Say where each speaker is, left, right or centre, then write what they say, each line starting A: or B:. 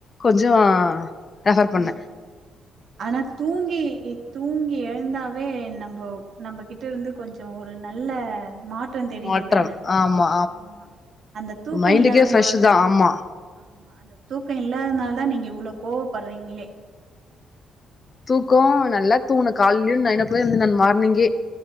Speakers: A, on the left; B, on the right.
A: கொஞ்சோ ரெஃபர் பண்ண
B: ம் ஆனா தூங்கி கி தூங்கி எழுந்தாவே நம்ப நம்பகிட்ட இருந்து கொஞ்சோ ஒரு நல்ல மா ற்றம் தெரியுது
A: மாற்றம்
B: தான
A: ஆமா
B: ஆமா அந்த தூக்க
A: மைண்டுக்கே
B: இல்லாததுனால
A: ஃப்ரெஷ் தா ஆமா
B: ஆமா அந்த தூக்க இல்லாதுனாலதா நீங்க இவ்ளோ கோவப்பட்றீங்களே
A: தூக்கோ நல்லா தூங்குன கால்லியு நைன் ஓ கிளாக் எழுந்த நானு மார்னிங்கே